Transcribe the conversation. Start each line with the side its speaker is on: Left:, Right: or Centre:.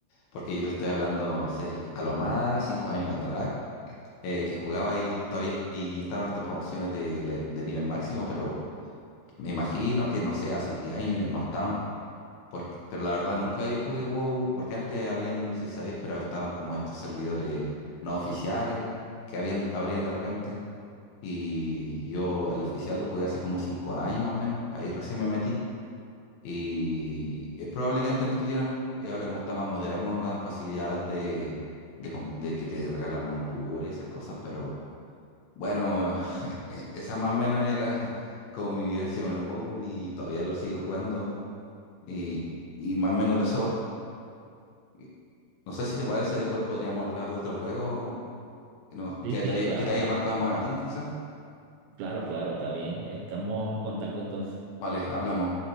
Left: porque yo te estoy hablando, no sé, a lo más cinco años atrás, eh, que jugaba y todavía y estaban estas promociones de, le- de nivel máximo, pero me imagino que, no sé, hace 10 años yo- no estaban, porque, pero la verdad nunca yo jugué WoW, porque antes habían, no sé si sabías, pero estaban como estos servidores no oficiales que habían, abrían de repente. Y yo el oficial lo jugué hace como cinco años más o menos. Ahí recién me metí y es probable que antes no estuvieran, po, y ahora como está más moderno, dan facilidades de, de, comp- de que te regalan montura y esas cosas, pero bueno, <laughs> e- esa más o menos era <laughs> como mi vivencia con el WoW y todavía lo sigo jugando y, y más o menos de eso va. Y No sé si te parece, después podríamos hablar de otro juego que, nos-
Right: sí,
Left: que
Right: sí,
Left: te,
Right: claro,
Left: que te haya marcado más a ti, quizás.
Right: claro, claro, está bien. Estamos en contacto entonces.
Left: Vale, hablamos.